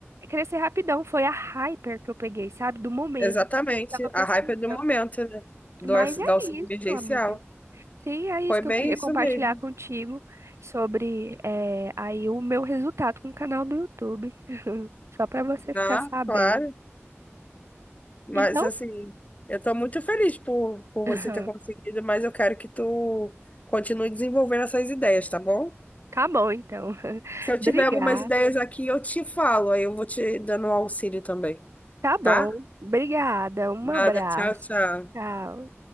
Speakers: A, on the right (about 70°); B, on the left (about 30°).
A: crescer rapidão. Foi a hyper que eu peguei, sabe, do momento.
B: Exatamente.
A: O povo tava pesquisando.
B: A hype é do momento, né? Do,
A: Mas é
B: da auxílio
A: isso,
B: emergencial.
A: amiga. Sim, é isso
B: Foi
A: que
B: bem
A: eu queria
B: isso
A: compartilhar
B: mesmo.
A: contigo sobre eh, aí o meu resultado com o canal do YouTube. <laughs> Só para você ficar
B: Ah,
A: sabendo.
B: claro. Mas
A: Então,
B: assim, eu estou muito feliz por, por
A: <laughs>
B: você ter conseguido, mas eu quero que tu continue desenvolvendo essas ideias, tá bom?
A: tá bom, então. <laughs>
B: Se eu tiver
A: Obrigada.
B: algumas ideias aqui, eu te falo, aí eu vou te dando um auxílio também,
A: Tá
B: tá?
A: bom. Obrigada. Um
B: Nada,
A: abraço.
B: tchau, tchau.
A: Tchau.